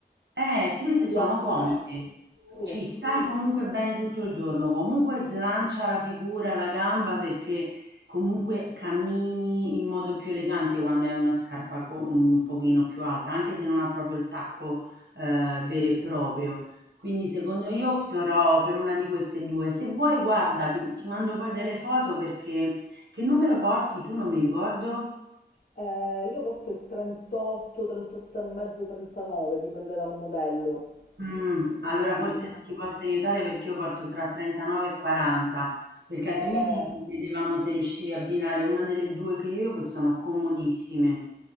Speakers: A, on the right; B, on the left.
A: eh, sì, questi sono
B: rialzamento.
A: comodi.
B: Sì.
A: Ci stai comunque bene tutto il giorno, comunque slancia la figura, la gamba perché comunque cammini in modo più elegante quando hai una scarpa co- un pochino più alta, anche se non ha proprio il tacco eh, vero e proprio. Quindi secondo io opterò per una di queste due. Se vuoi, guarda, ti, ti mando poi delle foto perché che numero porti tu? Non mi ricordo.
B: Eh, io porto il 38, 38 e mezzo, 39, dipende dal modello.
A: Mh,
B: Quindi,
A: allora forse non ti posso aiutare perché io porto tra 39 e 40, perché altrimenti
B: eh,
A: vedevamo se riuscivi a abbinare una delle 2 che io ho, che sono comodissime.